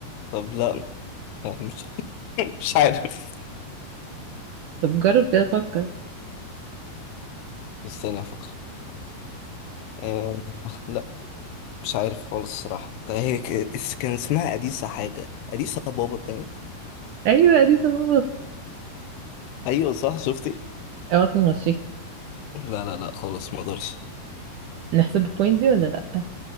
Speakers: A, on the left; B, on the right.
A: طب لا آه، مش مش عارف
B: طب جرب كده فكر
A: استنى افكر آه لا مش عارف خالص الصراحة طيب هي ك- اس- كان اسمها أديسة حاجة أديسة بابا باين
B: ايوه دي تظبط
A: ايوه صح شفتي
B: اوعى تكون غشيت
A: لا لا لا خالص ما اقدرش
B: نحسب البوينت دي ولا لا